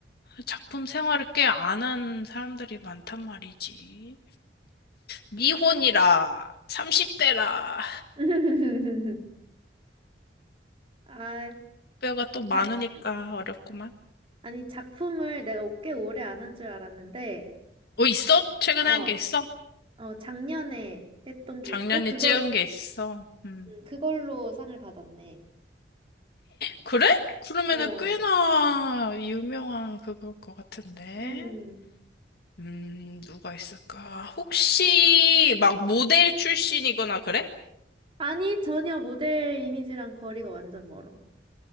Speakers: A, on the left (about 60°); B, on the right (about 30°).
A: 작품 생활을 꽤 안 한 사람들이 많단 말이지. 미혼이라 30대라
B: <laughs> 아,
A: 뼈가 또 많으니까
B: 자, 어.
A: 어렵구만.
B: 아니, 작품을 내가 꽤 오래 안 한 줄 알았는데,
A: 어 있어? 최근에
B: 어,
A: 한 게 있어?
B: 어, 작년에 했던 게
A: 작년에
B: 있고, 그걸,
A: 찍은 게 있어. 음.
B: 음, 그걸로 상을 받았네.
A: 그래? 그러면은
B: 어,
A: 꽤나 유명한 그걸 것 같은데.
B: 음.
A: 음, 누가 있을까? 혹시 막 모델 출신이거나 그래?
B: 아니, 전혀 모델 이미지랑 거리가 완전 멀어.